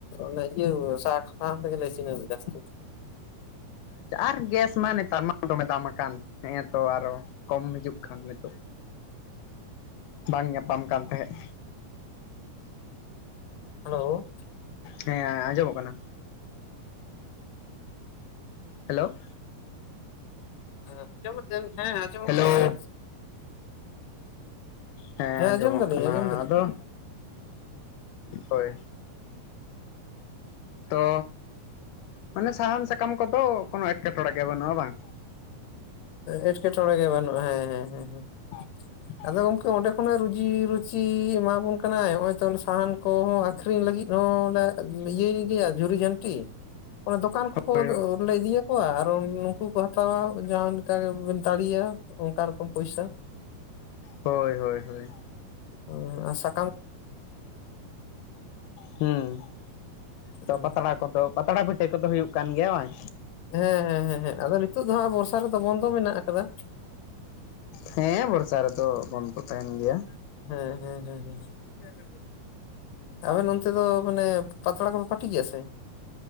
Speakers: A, on the left; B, on the left.
A: ᱚᱱᱟ ᱤᱭᱟᱹ ᱥᱟ ᱥᱟᱦᱟᱱ ᱛᱮᱜᱮᱞᱮ ᱤᱥᱤᱱᱟ ᱜᱮᱥᱛᱮ
B: ᱟᱨ ᱜᱮᱥ ᱢᱟ ᱱᱮᱛᱟᱨ ᱢᱟ ᱫᱚᱢᱮ ᱫᱟᱢ ᱟᱠᱟᱱ ᱦᱮᱸᱛᱚ ᱟᱨᱚ ᱠᱚᱢ ᱦᱤᱡᱩᱜ ᱠᱷᱟᱱ ᱱᱤᱛᱚᱜ ᱵᱟᱝ ᱧᱟᱯᱟᱢ ᱠᱟᱱ ᱛᱟᱦᱮᱸᱜ᱾
A: ᱦᱮᱞᱳ,
B: ᱦᱮᱸ ᱟᱸᱡᱚᱢᱚᱜ ᱠᱟᱱᱟ᱾ ᱦᱮᱞᱳ,
A: ᱟᱸᱡᱚᱢ <inaudible> ᱦᱮᱸ ᱟᱸᱡᱚᱢᱚᱜ
B: ᱦᱮᱞᱳ
A: ᱠᱟᱱᱟ ᱥᱮ᱾
B: ᱦᱮᱸ ᱟᱸᱡᱚᱢᱚᱜ
A: ᱟᱸᱡᱚᱢ ᱫᱟᱞᱤᱧ
B: ᱠᱟᱱᱟ
A: ᱟᱸᱡᱚᱢ ᱫᱟᱞᱤᱧ
B: ᱟᱫᱚ ᱦᱳᱭ᱾ ᱛᱚ ᱢᱟᱱᱮ ᱥᱟᱦᱟᱱ ᱥᱟᱠᱟᱢ ᱠᱚᱫᱚ ᱠᱚᱱᱚ ᱮᱸᱴᱠᱮᱴᱚᱲᱮ ᱜᱮ ᱵᱟᱹᱱᱩᱜᱼᱟ ᱦᱮᱸ ᱵᱟᱝ?
A: ᱮᱸᱴᱠᱮᱴᱚᱬᱮ ᱜᱮ ᱵᱟᱹᱱᱩᱜᱼᱟ ᱦᱮᱸ ᱦᱮᱸ ᱦᱮᱸ ᱦᱮᱸ᱾
B: <inaudible>
A: ᱟᱫᱚ ᱜᱚᱝᱠᱮ ᱚᱸᱰᱮ ᱠᱷᱚᱱᱮ ᱨᱩᱡᱤ ᱨᱩᱪᱤ ᱮᱢᱟᱵᱚᱱ ᱠᱟᱱᱟᱭ ᱦᱚᱜ-ᱚᱭ ᱛᱚ ᱥᱟᱦᱟᱱ ᱠᱚᱦᱚᱸ ᱟᱹᱠᱷᱨᱤᱧ ᱞᱟᱹᱜᱤᱫ ᱦᱚᱸ ᱞᱮ ᱤᱭᱟᱹᱭ ᱜᱮᱭᱟ ᱡᱷᱩᱨᱤ ᱡᱷᱟᱹᱱᱴᱤ, ᱚᱱᱮ ᱫᱚᱠᱟᱱ ᱠᱚᱠᱚ
B: ᱦᱳᱭ
A: ᱤᱫᱤᱭᱟᱠᱚᱣᱟ ᱟᱨ ᱩᱱᱩᱠᱩ ᱠᱚ ᱦᱟᱛᱟᱣᱟ ᱡᱟᱦᱟᱸ ᱠᱟ ᱜᱮᱵᱮᱱ ᱛᱟᱹᱲᱤᱭᱟ ᱚᱱᱠᱟ ᱨᱚᱠᱚᱢ ᱯᱚᱭᱥᱟ᱾
B: ᱦᱳᱭ ᱦᱳᱭ ᱦᱳᱭ
A: ᱚ ᱟᱥᱟ
B: ᱦᱩᱸ ᱛᱚ
A: ᱦᱮᱸ
B: ᱯᱟᱛᱲᱟ ᱠᱚᱫᱚ ᱯᱟᱛᱲᱟ ᱯᱟᱹᱴᱤ ᱠᱚᱫᱚ ᱦᱩᱭᱩᱜ ᱠᱟᱱ ᱜᱮᱭᱟ ᱵᱟᱝ?
A: ᱦᱮᱸ ᱦᱮᱸ ᱦᱮᱸ ᱦᱮᱸ ᱟᱫᱚ ᱱᱤᱛᱚᱜ ᱫᱚ ᱦᱟᱸᱜ ᱵᱚᱨᱥᱟ ᱨᱮᱫᱚ ᱵᱚᱱᱫᱚ ᱢᱮᱱᱟᱜ ᱟᱠᱟᱫᱟ᱾
B: ᱦᱮᱸ ᱵᱚᱨᱥᱟ ᱨᱮᱫᱚ ᱵᱚᱱᱫᱚ ᱛᱟᱦᱮᱱ ᱜᱮᱭᱟ᱾
A: ᱦᱮᱸ ᱦᱮᱸ ᱦᱮᱸ ᱦᱮᱸ ᱦᱮᱸ᱾ ᱟᱵᱮᱱ ᱚᱱᱛᱮ ᱫᱚ ᱢᱟᱱᱮ ᱯᱟᱛᱲᱟ ᱠᱚᱯᱮ ᱯᱟᱹᱴᱤ ᱜᱮᱭᱟ ᱥᱮ?